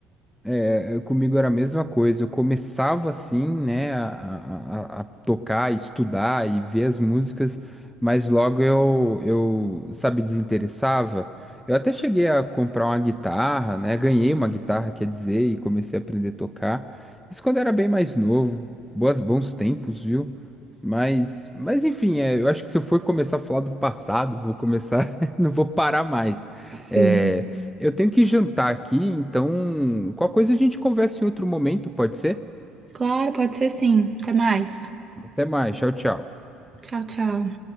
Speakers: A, in the centre; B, on the right.
A: É, é, comigo era a mesma coisa. Eu começava assim, né, a, a- a- a tocar, estudar e ver as músicas, mas logo eu, eu, sabe, desinteressava. Eu até cheguei a comprar uma guitarra, né, ganhei uma guitarra, quer dizer, e comecei a aprender a tocar. Isso quando era bem mais novo. Boas, bons tempos, viu? Mas, mas enfim, é, eu acho que se eu for começar a falar do passado, vou começar, <laughs> não vou parar mais.
B: Sim.
A: É, eu tenho que jantar aqui, então qualquer coisa a gente conversa em outro momento, pode ser?
B: Claro, pode ser sim. Até mais.
A: Até mais, tchau, tchau.
B: Tchau, tchau.